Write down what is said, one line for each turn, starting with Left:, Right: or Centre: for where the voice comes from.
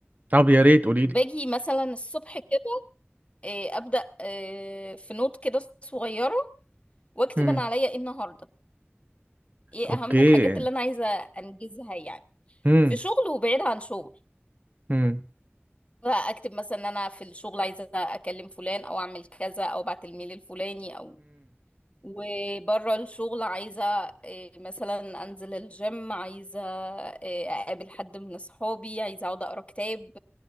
Right: طب يا ريت قوليلي
Left: باجي مثلا الصبح كده آه، أبدأ آه، في نوت كده صغيرة وأكتب
Right: هم
Left: أنا عليا إيه النهاردة إيه
Right: أوكي
Left: أهم الحاجات اللي أنا عايزة أنجزها يعني
Right: هم
Left: في شغل وبعيد عن شغل
Right: هم
Left: اكتب مثلا ان انا في الشغل عايزه اكلم فلان او اعمل كذا او ابعت الميل الفلاني او وبره الشغل عايزه إيه، مثلا انزل الجيم عايزه إيه، اقابل حد من اصحابي عايزه اقعد اقرا كتاب